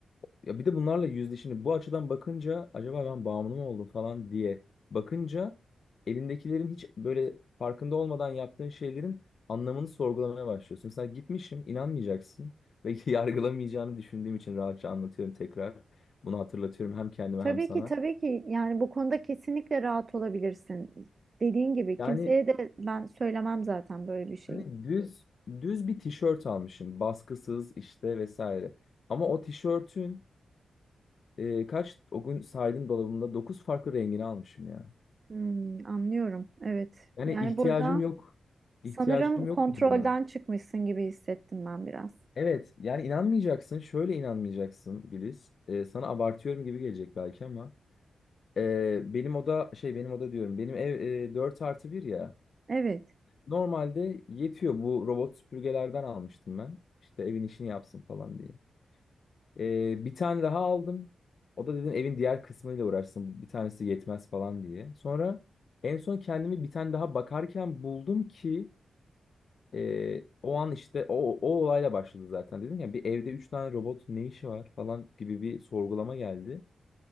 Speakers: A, on the left; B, on the right.
A: ya bir de bunlarla yüzde şimdi bu açıdan bakınca acaba ben bağımlı mı oldum falan diye bakınca elindekilerin hiç böyle farkında olmadan yaptığın şeylerin anlamını sorgulamaya başlıyorsun. Mesela gitmişim inanmayacaksın ve <laughs> yargılamayacağını düşündüğüm için rahatça anlatıyorum tekrar bunu hatırlatıyorum hem kendime
B: Tabii
A: hem sana.
B: ki tabii ki yani bu konuda kesinlikle rahat olabilirsin. Dediğin gibi
A: Yani
B: kimseye de ben söylemem zaten böyle bir şeyi.
A: Hani düz düz bir tişört almışım. Baskısız işte vesaire. Ama o tişörtün e, kaç o gün saydım dolabımda 9 farklı rengini almışım ya.
B: Hmm, anlıyorum. Evet.
A: Yani
B: Yani
A: ihtiyacım
B: burada
A: yok.
B: sanırım
A: İhtiyacım yok
B: kontrolden
A: benim buna.
B: çıkmışsın gibi hissettim ben biraz.
A: Evet yani inanmayacaksın. Şöyle inanmayacaksın Güliz. E, sana abartıyorum gibi gelecek belki ama. e, benim oda şey benim oda diyorum. Benim ev e, 4 artı bir ya.
B: Evet.
A: Normalde yetiyor. Bu robot süpürgelerden almıştım ben. İşte evin işini yapsın falan diye. Ee, bir tane daha aldım. O da dedim evin diğer kısmıyla uğraşsın. Bir tanesi yetmez falan diye. Sonra en son kendimi bir tane daha bakarken buldum ki e, o an işte o, o olayla başladı zaten. Dedim ya bir evde üç tane robot ne işi var falan gibi bir sorgulama geldi.